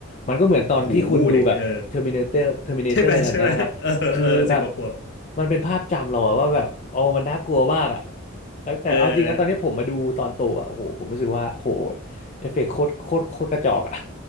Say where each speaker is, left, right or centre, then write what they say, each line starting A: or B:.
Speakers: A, on the left (about 35°); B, on the left (about 55°).
A: มันก็เหมือนตอนที่คุณดูแบบเทอร์มินาเตอร์เทอร์มินาเตอร์อะไรแบบนั้นนะครับคือแบบ
B: โอ้โหเด็กเออใช่ไหมใช่ไหมเออเออสิบกว่าขวบ
A: มันเป็นภาพจำเราอะว่าแบบโอ้มันน่ากลัวมากอะแล้วแต่เอาจริงนะตอนนี้ผมมาดูตอนโตอะโอ้โหผมรู้สึกว่าโอ้โห
B: เออ
A: เอฟเฟกต์โคตรโคตรโคตรกระจอกอะ